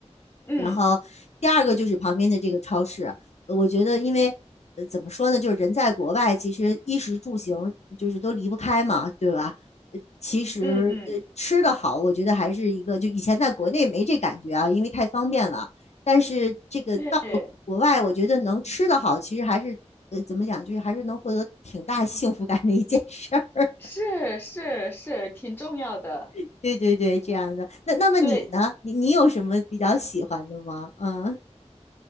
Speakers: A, on the left (about 20°); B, on the left (about 70°).
A: 嗯
B: 然后第二个就是旁边的这个超市，呃我觉得因为呃怎么说呢，就是人在国外，其实衣食住行就是都离不开嘛，对吧？呃，其实呃吃的好，
A: 嗯嗯，
B: 我觉得还是一个，就以前在国内没这感觉啊，因为太方便了。但是这个到了国外，
A: 对，
B: 我觉得能吃的好，其实还是呃怎么讲，就是还是能获得挺大幸福感的一件事儿。
A: 是是是，挺重要的。
B: <laughs> 对对对，这样的。那那么你呢？
A: 对，
B: 你你有什么比较喜欢的吗？嗯。